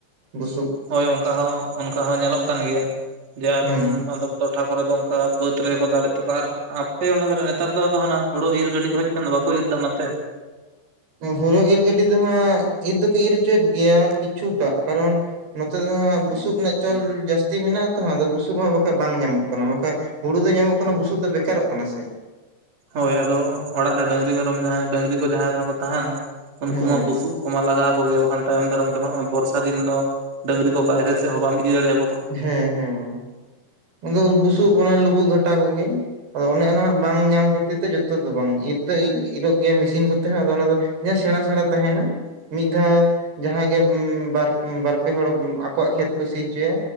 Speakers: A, on the right; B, on the right.
A: ᱵᱩᱥᱩᱵ
B: ᱦᱳᱭ ᱚᱱᱠᱟ ᱦᱚᱸ ᱚᱱᱠᱟ ᱦᱚᱸ ᱧᱮᱞᱚᱜ ᱠᱟᱱ ᱜᱮᱭᱟ ᱡᱮ ᱟᱫᱚᱢ
A: ᱦᱮᱸ
B: ᱟᱫᱚᱢ ᱴᱚᱴᱷᱟ ᱠᱚᱨᱮ ᱫᱚ ᱚᱱᱠᱟ ᱵᱟᱹᱫ ᱨᱮᱠᱚ ᱫᱟᱞᱮᱫ ᱛᱟᱠᱚᱣᱟ, ᱟᱨ ᱟᱯᱮ ᱚᱱᱟ ᱫᱷᱟᱨᱮ ᱱᱮᱛᱟᱨ ᱫᱚ ᱟᱫᱚ ᱦᱟᱱᱟ ᱦᱩᱲᱩ ᱤᱨ ᱜᱟᱹᱰᱤ ᱠᱚ ᱦᱮᱡ ᱠᱷᱟᱱ ᱫᱚ ᱵᱟᱠᱚ ᱡᱩᱫ ᱫᱟ ᱚᱱᱟᱛᱮ᱾
A: ᱦᱳᱲᱳ ᱤᱨ ᱜᱟᱹᱰᱤ ᱫᱚ ᱦᱟᱸᱜ ᱤᱨ ᱫᱚᱠᱚ ᱤᱨ ᱪᱚᱭᱮᱫ ᱜᱮᱭᱟ ᱠᱤᱪᱷᱩᱴᱟᱜ, ᱠᱟᱨᱚᱱ ᱱᱚᱛᱮ ᱫᱚ ᱦᱟᱸᱜ ᱵᱩᱥᱩᱵ ᱨᱮᱱᱟᱜ ᱪᱟᱹᱞ ᱡᱟᱹᱥᱛᱤ ᱢᱮᱱᱟᱜᱼᱟ᱾ ᱛᱚ ᱦᱮᱸ ᱟᱫᱚ ᱵᱩᱥᱩᱵ ᱦᱚᱸ ᱵᱟᱠᱷᱟᱡ ᱵᱟᱝ ᱧᱟᱢᱚᱜ ᱠᱟᱱᱟ ᱵᱟᱠᱷᱟᱡ ᱦᱩᱲᱩ ᱫᱚ ᱧᱟᱢᱚᱜ ᱠᱟᱱᱟ ᱵᱩᱥᱩᱵ ᱫᱚ ᱵᱮᱠᱟᱨᱚᱜ ᱠᱟᱱᱟ ᱥᱮ᱾
B: ᱦᱳᱭ ᱟᱫᱚ ᱚᱲᱟᱜ ᱨᱮ ᱰᱟᱹᱝᱨᱤ ᱢᱮᱨᱚᱢ ᱡᱟᱦᱟᱸᱭ ᱰᱟᱹᱝᱨᱤ ᱠᱚ ᱡᱟᱦᱟᱸᱭ ᱨᱮᱱ ᱠᱚ ᱛᱟᱦᱮᱱᱟ᱾ ᱩᱱᱠᱩ
A: ᱦᱮᱸ
B: ᱢᱟ ᱵᱩᱥᱩᱵ ᱠᱚᱢᱟ ᱞᱟᱜᱟᱣ ᱠᱚᱜᱮᱭᱟ ᱵᱟᱠᱷᱟᱱ ᱛᱟᱭᱚᱢ ᱫᱟᱨᱟᱢ ᱡᱚᱠᱷᱚᱱ ᱚ ᱵᱚᱨᱥᱟ ᱫᱤᱱ ᱫᱚ ᱰᱟᱹᱝᱨᱤ ᱠᱚ ᱵᱟᱭᱨᱮ ᱥᱮᱜ ᱦᱚ ᱵᱟᱢ ᱤᱫᱤ ᱫᱟᱲᱮ ᱟᱠᱚ᱾
A: ᱦᱮᱸ ᱦᱮᱸ ᱟᱫᱚ ᱵᱩᱥᱩᱵ ᱚᱱᱟ ᱞᱩᱵᱩᱜ ᱜᱷᱟᱴᱟ ᱠᱚᱜᱮ᱾ ᱟᱫᱚ ᱚᱱᱮ ᱚᱱᱟ ᱵᱟᱝ ᱧᱟᱢ ᱠᱷᱟᱹᱛᱤᱨ ᱛᱮ ᱡᱚᱛᱚ ᱫᱚ ᱵᱟᱝ ᱤᱨ ᱫᱚ ᱤᱨᱚᱜ ᱜᱮᱭᱟ ᱢᱮᱥᱤᱱ ᱠᱚᱛᱮ ᱟᱫᱚ ᱚᱱᱟᱫᱚ ᱮᱭᱟ ᱥᱮᱬᱟ ᱥᱮᱬᱟ ᱛᱟᱦᱮᱱᱟ ᱢᱤᱫ ᱫᱷᱟᱣ ᱡᱟᱦᱟᱸᱜ ᱜᱮ ᱵᱟᱨ ᱯᱮ ᱦᱚᱲ ᱟᱠᱚᱣᱟᱜ ᱠᱷᱮᱛ ᱠᱩᱥᱤ ᱦᱚᱪᱚᱭᱟ‍‌᱾